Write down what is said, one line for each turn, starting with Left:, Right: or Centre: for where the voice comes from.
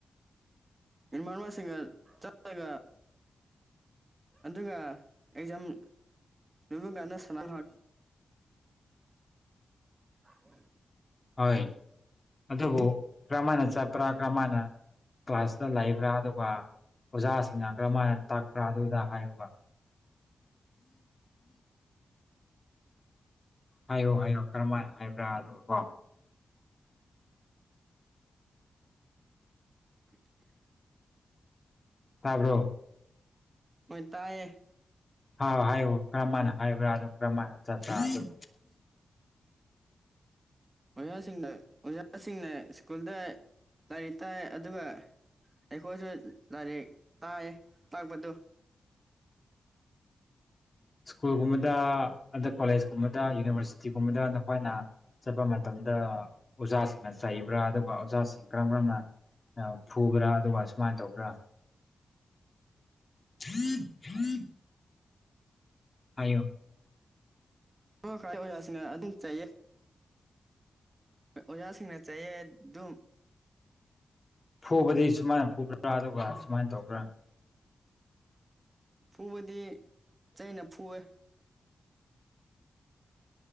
Right: ꯏ ꯃꯟꯋꯥꯁꯤꯒ ꯆꯠꯂꯒ ꯑꯗꯨꯇ ꯑꯦꯛꯖꯥꯝ ꯅꯃꯨꯡꯒꯅ ꯁꯥꯟꯅ ꯎ
Left: ꯍꯣꯏ ꯑꯗꯨꯕꯨ ꯀꯔꯝ ꯍꯥꯏꯅ ꯆꯠꯄ꯭ꯔꯥ ꯀꯔꯝ ꯍꯥꯏꯅ ꯀ꯭ꯂꯥꯁꯇ ꯂꯥꯛꯏꯕ꯭ꯔꯥ ꯑꯗꯨꯒ ꯑꯣꯖꯥꯁꯤꯡꯅ ꯀꯔꯝꯥꯏꯅ ꯇꯥꯛꯄ꯭ꯔꯥ ꯑꯗꯨꯗ ꯍꯥꯏꯌꯨꯕ ꯍꯥꯏꯌꯣ ꯍꯥꯏꯌꯣ ꯀꯔꯝꯥꯏꯅ ꯍꯥꯏꯕ꯭ꯔꯥ ꯑꯗꯨꯒ ꯀꯣ
Right: <inaudible>
Left: ꯇꯥꯕ꯭ꯔꯣ
Right: ꯍꯣꯏ ꯇꯥꯏꯌꯦ
Left: ꯍꯥꯏꯥꯎ ꯍꯥꯏꯌ ꯀꯔꯝ ꯍꯥꯏꯅ ꯍꯥꯏꯕ꯭ꯔꯥ ꯑꯗꯨ ꯀꯔ ꯍꯥꯏꯅ ꯆꯠꯄ꯭ꯔꯥ ꯑꯗꯨꯣ
Right: ꯑꯣꯖꯥꯁꯤꯡꯅ ꯑꯣꯖꯥꯁꯤꯡꯅꯦ ꯁ꯭ꯀꯨꯜꯗ ꯂꯥꯏꯔꯤꯛ ꯇꯥꯏ ꯑꯗꯨꯒ ꯑꯩꯈꯣꯏꯁꯨ ꯂꯥꯏꯔꯤꯛ ꯇꯥꯏꯌꯦ ꯇꯥꯛꯄꯗꯨ
Left: ꯎ ꯁ꯭ꯀꯨꯜꯒꯨꯝꯕꯗ ꯑꯗ ꯀꯣꯂꯦꯖꯀꯨꯝꯕꯗ ꯌꯨꯅꯤꯚꯔꯁꯤ ꯒꯨꯝꯕꯗ ꯅꯈꯣꯏꯅ ꯆꯠꯄ ꯃꯇꯝꯗ ꯑꯣꯖꯥꯁꯤꯡꯅ ꯆꯩꯕ꯭ꯔꯥ ꯑꯗꯨꯒ ꯑꯣꯖꯥꯁꯤꯡ ꯀꯔꯝ ꯀꯔꯝꯅ ꯐꯨꯕ꯭ꯔꯥ ꯑꯗꯨꯒ ꯁꯨꯃꯥꯏꯅ ꯇꯧꯕ꯭ꯔꯥ <unintelligible> ꯍꯥꯏꯌꯣ
Right: ꯑꯣ ꯈ ꯑꯣꯖꯁꯤꯅ ꯑꯗꯨꯝ ꯆꯌꯦ ꯑꯣꯖꯥꯁꯤꯡꯅ ꯆꯥꯏꯑ ꯑꯗꯨꯝ
Left: ꯐꯨꯕꯗꯤ ꯁꯨꯃꯥꯏꯅ ꯐꯨꯕ꯭ꯔꯥ ꯑꯗꯨꯒ ꯁꯨꯃꯥꯏꯅ ꯇꯧꯕ꯭ꯔꯥ
Right: ꯐꯨꯕꯗꯤ ꯆꯩꯅ ꯐꯨꯑꯦ